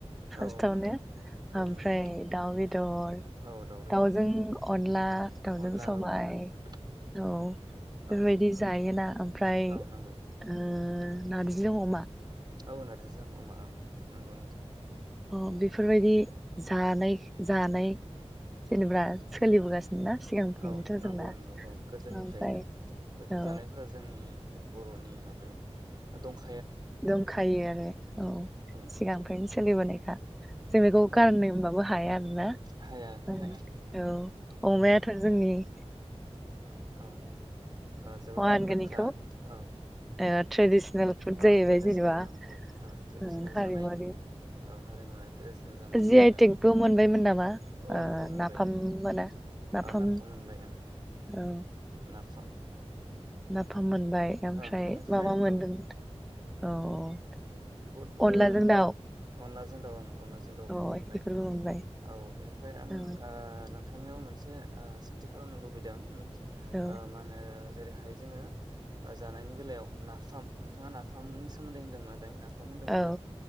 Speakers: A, in the centre; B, on the right.
A: फार्स्टआवनो
B: औ औ नंगौ औ
A: ओमफ्राय
B: नंगौ
A: दाउ बेदर
B: औ दाउ बेदर
A: दाउजों अनला दावजों
B: अनला
A: सबाय
B: औ नंगौ नंगौ
A: औ बेफोरबायदि
B: औ
A: जायोना ओमफ्राय ओ
B: औ नंगौ
A: ओ नार्जिजों अमा
B: औ नारजिजों अमा औ नंगौ
A: अ बेफोरबायदि जानाय जानाय जेनेबा सोलिबोगासिनो ना सिगांनिफ्रायनोथ'
B: औ नंगौ
A: जोंना
B: नंगौ औ गोदोनिफ्रायनो
A: ओमफ्राय
B: बेफोर
A: औ
B: जानायफोरा जोंनि बर'नि माबायाव दंखा
A: दंखायो आरो औ
B: औ
A: सिगांनिफ्रायनो सोलि बोनाय खा जों बेखौ
B: औ
A: गारनोबाबो हाया आरोना
B: हाया हो
A: ओं
B: हाया
A: औ अमायाथ' जोंनि ओम
B: औ ओ जोबोर मुंदांखा
A: होनगोन इखौ
B: औ
A: ओ ट्रेडिसनेल फुड
B: ओ अ
A: जाहैबाय
B: ट्रेडिसनेल
A: जेनेबा
B: अ ओं ट्रेडिसनेल
A: ओं हारिमुवारि
B: जानाय ओं हारिमुवारि ट्रेडिसनेल जानाय
A: जि आइटेकबो
B: बिराद
A: मोनबायमोन नामा
B: औ
A: ओ
B: नंगौ मोनबाय
A: नाफाम
B: आं
A: मोना
B: औ
A: नाफाम
B: मोनबाय आं
A: औ
B: नाफाम
A: ना नाफाम मोनबाय ओमफ्राय
B: ओं बेनिफ्राय
A: मा मा मोनदों?
B: औ
A: औ
B: बहुद
A: अनलाजों
B: ओ
A: दाउ
B: अनलाजों दाउ आं अनलाजों दाउखौ
A: औ
B: मोनबाय
A: बेफोरबो मोनबाय
B: औ बेनिफ्राय आं
A: औ
B: नों नोंथांनियाव मोनसे ओ सोंथि खालामनो लुबैदों।
A: औ
B: ओ मा ओनो जेरैहाय जोङो ओ जानायनि बेलायाव नाफाम नोंथाङा नाफामनि सोमोन्दै होनदोंमोन दायो ना फाम होनदोंमोन
A: औ
B: ना